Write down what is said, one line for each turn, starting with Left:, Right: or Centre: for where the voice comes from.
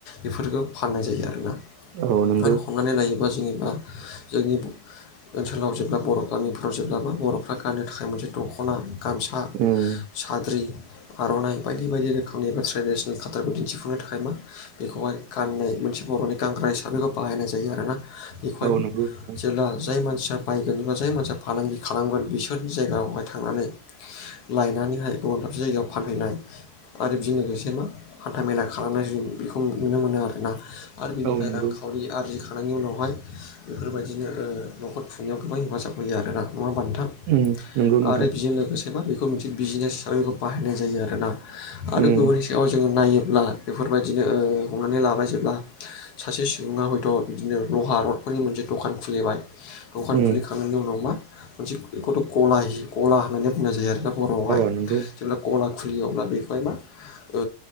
Left: बेफोरखौ फालिनाय जायो आरोना।
Right: औ नोंगौ।
Left: आरो हमनानै लायोबा जेनेबा जोंनि ओनसोलाव जेब्ला बर' गामिफोराव जेब्ला मा बर'फ्रा गाननो थाखाय मोनसे दख'ना गामसा
Right: उम
Left: साद्रि आर'नाइ बायदि बायदि रोखोमनि एबा ट्रेडिसनेल खाथारखौ दिन्थिफुंनो थाखाय मा बेखौहाय <unintelligible> मोनसे बर'नि <unintelligible> हिसाबैखौ बाहायनाय जायो आरोना। बेखौहाय
Right: औ नंगौ नोंथां
Left: जेला जाय मानसिया बायगोन एबा जाय मानसिया फालांगि खालामगोन बिसोरनि जायगायावहाय थांनानै लायनानैहाय गुबुन दाबसे जायगायाव फानहैनाय आरो बिजों लोगोसे मा हान्था मेला खालामनाय बेखौ नुनो मोनो आरोना आरो बेनिफ्राय
Right: औ नंगौ
Left: रांखावरि आरजिखांनायनि उनावहाय बेफोरबायदिनो ओ न'खर खुंनायाव गोबां हेफाजाब होयो आरोना नङा होमबा नोंथां?
Right: उम नंगौ नोंथां
Left: आरो बेजों लोगोसे मा बेखौ मोनसे बिजिनेस हिसाबै बेखौ बाहायनाय जायो आरोना। आरो
Right: उम
Left: गुबुननि सायाव जोङो नायोब्ला बेफोरबायदिनो ओ हमनानै लाबाय जेब्ला सासे सुबुङा हयथ' बिदिनो लहा रडफोरनि मोनसे दखान खुलिबाय। दखान
Right: उम
Left: खुलिखांनायनि उनाव मा मोनसे बेखौथ' गला गला होननानै बुंनाय जायो आरो ना बर'आवहाय
Right: अ नंगौ
Left: जेब्ला गला खुलियो अब्ला बेखौहाय मा ओ